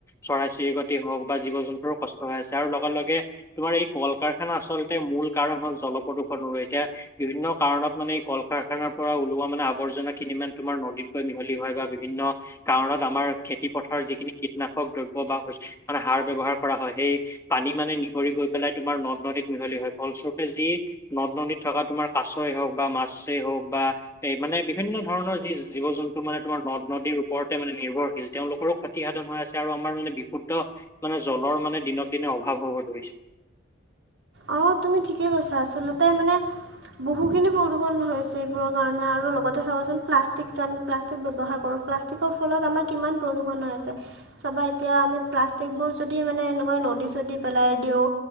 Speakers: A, on the left; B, on the right.
A: চৰাই চিৰিকতি হওক বা জীৱ জন্তুৰো কষ্ট হৈ আছে, আৰু লগে লগে তোমাৰ এই কল কাৰখানা আচলতে মূল কাৰণ হল জল প্ৰদূষণৰোঁ, এতিয়া বিভিন্ন কাৰণত মানে এই কলকাৰ খানাৰ পৰা ওলোৱা মানে আৱৰ্জনা খিনি মান তোমাৰ নদীতকৈ মিহলি হয় বা বিভিন্ন কাৰণত আমাৰ খেতি পথাৰৰ যিখিনি কীটনাশক দ্ৰব্য বা শৈছ মানে সাৰ ব্যয়ৱহাৰ কৰা হয় সেই পানী মানে নিগৰি গৈ পেলাই তোমাৰ নদ নদীত মিহলি হয় ফলস্বৰূপে যি নদ নদীত থকা তোমাৰ কাছই হওক বা মাছেই হওক বা এ' মানে বিভিন্ন ধৰণৰ যি জীৱ জন্তু মানে তোমাৰ নদ নদীৰ ওপৰতে মানে নিৰ্ভৰশীল তেওঁলোকৰো খত তিসাধন হৈ আছে আৰু আমাৰ মানে বিশুদ্ধ মানে জলৰ মানে দিনক দিনে অভাৱ হ'ব ধৰিছে।
B: অ' তুমি ঠিকেই কৈছা, আচলতে মানে বহুখিনি প্ৰদূৰণ হৈছে এইবোৰৰ কাৰণে, আৰু লগতে চাবাচোন প্লাষ্টিক যে আমি প্লাষ্টিক ব্যৱহাৰ কৰো। প্লাষ্টিকৰ ফলত আমাৰ কিমান প্ৰদূষণ হৈ আছে। চাবা এতিয়া আমি প্লাষ্টিকবোৰ যদি মানে এনেকুৱা নদী চদী পেলাই দিওঁ।